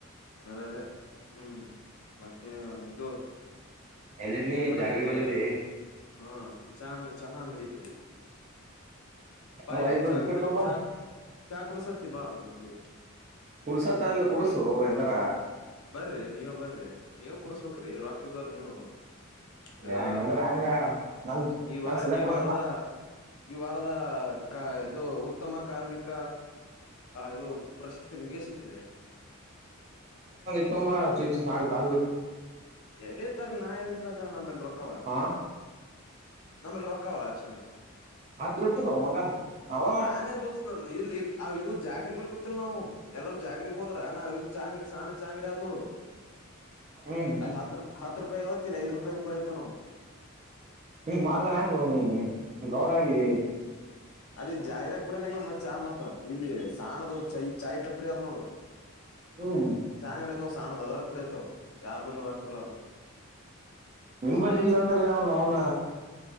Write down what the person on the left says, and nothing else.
ಅ ಅದೇ ಹ್ಮ್ ಮತ್ತೆ ಇದು
ಈಗ್ ನೋಡ
ಇದೆ
ಹ ಚಹ ಚಹಾ ಅಂಗಡಿ ಸ ಬಾಯಲಿ
ಚಾಕಡಿ
ಚಾ ಚಾಕಡು ಸ ಬ ನಿಗೆ
ಬರ್ರಿ ನೀವೇ ಬರ್ರಿ ನೀವೇ ಕುಡಸ್ಬೇಕ್ರಿರುಾಕ್ಕಿದ್ರ ನೀವು
ಇದು
ಈ
ವ
ಈ
ವಾರದ ಈ ವಾರದ ಇದು ಉತ್ತಮ ಕಾರ್ಮಿಕ ಇದು ಪ್ರಶಸ್ತಿ ನಿಮಗೆ ಸಿ ಕಿದಿ
ಎಲ್ಲಿ ಇರ್ತಲ್ಲ ನಾ ಎಲ್ಲಿರ್ತಾರಲ್ಲ ನಂಬಲ್ ಕವಾರ
ನಮ್ಮಲ್ಲಿ ರೊಕ್ಕಾವಷ
ನಾನೇ ದೋಸ್ ಇದು ಜಾಗ್ರ ಬ ಗೊತ್ತಿಲ್ಲ ನಾವು ಎಲ್ಲರೂ ಜಾಗ್ರಗ್ ಹೋದ ಚಾಂಗಡಿ ಸಾಣ ಚಾಂಗಡಿ ನ
ಅಲ್ಲಿ ಹತ್ತು ರೂಪ ಹತ್ ರೂಪಾಯಿ ಆಗತ್ತಿಲ್ಲ ಐ್ ರೂಪಾಯಿ ಕುಡಿಯತ್ತ ನಾವು
ಅದ ಜಾಗರಾ ಕೂಡ ಚ ಇಲ್ಲಿ ಸಾಣದ ಚೈ ಚಾಯ್ ಟಪ್ರಿ ಅ ನೋಡು
ಚ ಅಂಗಡ ನೋ ಸಾಣ ಭದ್ರಾಗ ಕುಡಿಯತವ ಯಾರ್ ಬೆಲ್ಲ ಆಗ್ತಿರ್ಲ್ಲ ಅವ್ರ